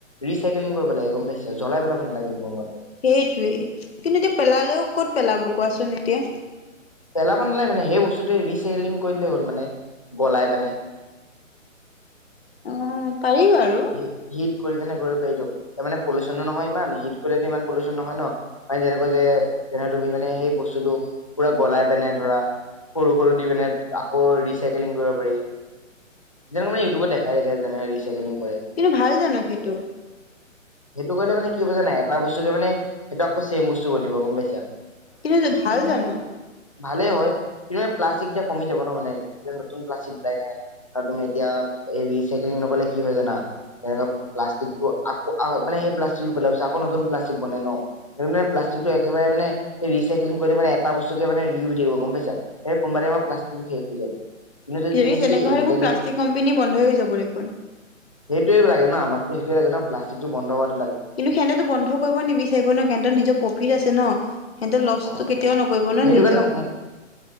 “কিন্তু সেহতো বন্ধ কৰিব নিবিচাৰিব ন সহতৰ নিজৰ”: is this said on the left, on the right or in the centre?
Left